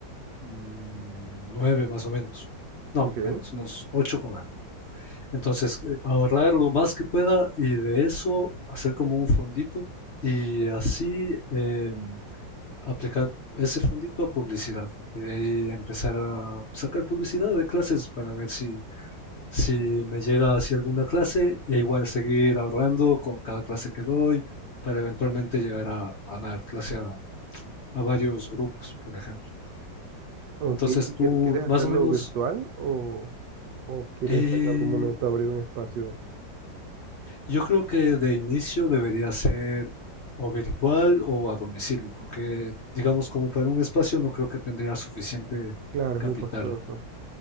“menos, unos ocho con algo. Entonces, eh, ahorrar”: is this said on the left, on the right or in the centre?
Left